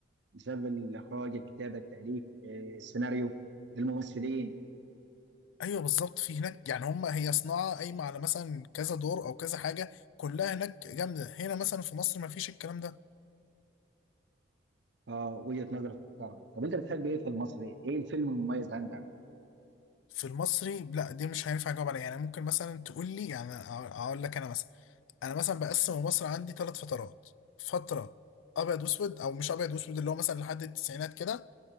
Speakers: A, on the right; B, on the left.
A: بسبب الاخراج الكتابه التاليف آه السيناريو الممثلين
B: ايوه بالظبط في هناك يعني هم هي صناعه قايمه على مثلا كذا دور او كذا حاجه كلها هناك جامده هنا مثلا في مصر ما فيش الكلام ده
A: اه وجهه نظرك تحترم طب انت بتحب ايه في المصري؟ ايه الفيلم المميز عندك؟
B: في المصري لا دي مش هينفع اجاوب عليها يعني ممكن مثلا تقول لي يعني اقول لك انا مثلا انا مثلا بقسم مصر عندي ثلاث فترات فتره ابيض واسود او مش ابيض واسود اللي هو مثلا لحد التسعينات كده